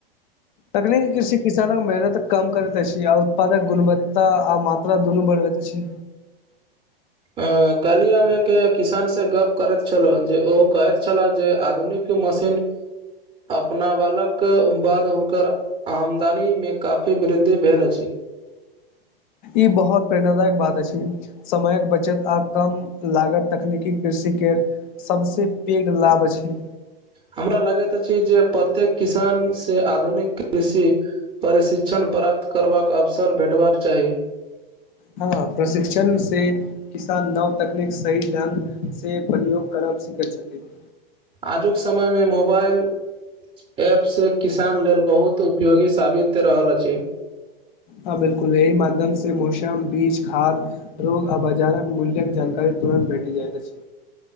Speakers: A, on the left (about 50°); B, on the right (about 20°).
A: तकनीकी कृषि किसानक मेहनत कम करैत अछि। आ उत्पादक गुणवत्ता आ मात्रा दुनू बढ़बैत अछि।
B: अ कहली हम एके किसान से गप करैत छला जे ओ कहैत छला जे आधुनिक मशीन <inaudible> अपनावाला क बाद हुनकर आमदनी मे काफी वृद्धि भेल अछि
A: ई बहुत प्रेरणादायक बात अछी समयक बचत आ कम लागत तकनीकी कृषि केँ सभ से पैघ लाभ अछि
B: हमरा लगैत अछि जे प्रत्येक किसान से आधुनिक कृषि प्रशिक्षण प्राप्त करबाक अवसर भेटबाक चाही
A: हँ प्रशिक्षण से किसान नव तकनीक सही ढंग से प्रयोग करब सिखैत छथिन
B: आजुक समय मे मोबाइल एप से किसान लेल बहुत उपयोगी साबित रहल अछि
A: हँ बिल्कुल अइ माध्यम से मौसम बीज खाद रोग आ बाजारक मूल्यक जानकारी तुरन्त भेटी जाय अछि